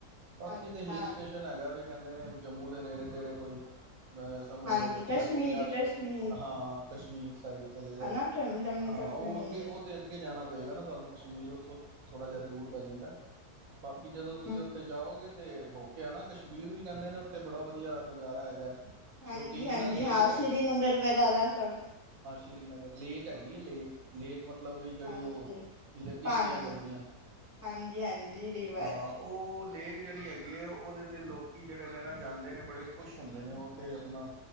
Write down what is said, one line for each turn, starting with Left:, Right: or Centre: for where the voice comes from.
Right: ਬਾਕੀ
Left: ਅੱਛਾ,
Right: ਤੇ ਹੀਲ ਸਟੇਸ਼ਨ
Left: ਅੱਛਾ
Right: ਹੈਗਾ ਵੀ ਕਹਿੰਦੇ ਜੰਮੂ ਦੇ ਨੇੜੇ ਤੇੜੇ ਕੋਈ ਅ ਸਮਝ
Left: ਹਾਂਜੀ
Right: ਲੋਓ ਕਿ
Left: ਕਸ਼ਮੀਰ,
Right: ਚਾਲੀ ਪੰਜਾਹ
Left: ਕਸ਼ਮੀਰ
Right: ਹਾਂ ਕਸ਼ਮੀਰ ਸਾਈਡ ਚਲੇ ਜਾਓ
Left: ਹਨਾ ਜੰਮੂ
Right: ਹਾਂ
Left: ਕਸ਼ਮੀਰ।
Right: ਉਹ ਅੱਗੇ ਉਹ ਤੇ ਅੱਗੇ ਜਾਣਾ ਪਏਗਾ ਨਾ ਤੁਹਾਨੂੰ ਕਸ਼ਮੀਰ ਉੱਥੋਂ ਥੋੜ੍ਹਾ ਜਿਹਾ ਦੂਰ ਪੈ ਜਾਂਦਾ ਬਾਕੀ ਜਦੋਂ
Left: ਹੂੰ,
Right: ਤੁਸੀਂ ਉੱਥੇ ਜਾਓਗੇ ਤੇ ਓਕੇ ਕਸ਼ਮੀਰ ਵੀ ਕਹਿੰਦੇ ਨੇ ਉੱਥੇ ਬੜਾ ਵਧੀਆ ਨਜ਼ਾਰਾ ਹੈਗਾ ਛੋਟੀ
Left: ਹਾਂਜੀ
Right: ਜਿਹੀ
Left: ਹਾਂਜੀ
Right: ਨਾ ਲੇਕ
Left: ਹਾਂ ਸ੍ਰੀ ਨੰਦਰ ਵਗੈਰਾ ਸਭ
Right: ਸ਼੍ਰੀਨਗਰ ਲੇਕ ਹੈਗੀ ਹੈ ਲੇਕ ਲੇਕ ਮਤਲਬ ਵੀ ਜਿਹੜੀ
Left: ਹਾਂਜੀ।
Right: ਉਹ ਜਿਹਦੇ ਕਿਸ਼ਤੀਆਂ
Left: ਪਾਣੀ
Right: ਚੱਲਦੀਆਂ
Left: ਹਾਂਜੀ, ਹਾਂਜੀ ਰਿਵਰ
Right: ਹਾਂ ਉਹ ਲੇਕ ਜਿਹੜੀ ਹੈਗੀ ਹੈ ਉਹਦੇ ਤੇ ਲੋਕ ਜਿਹੜੇ ਨੇ ਨਾ ਜਾਂਦੇ ਨੇ ਬੜੇ ਕੁਛ ਹੁੰਦੇ ਨੇ ਉੱਥੇ ਆਪਣਾ